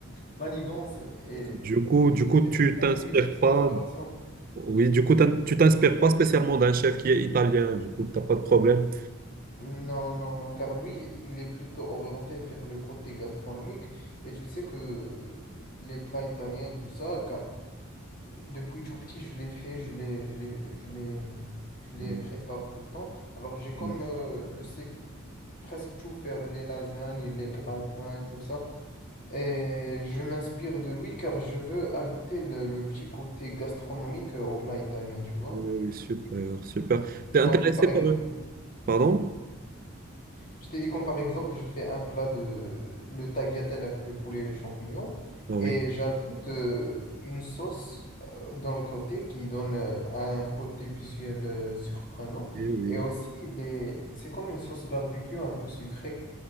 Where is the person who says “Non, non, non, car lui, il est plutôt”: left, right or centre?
Left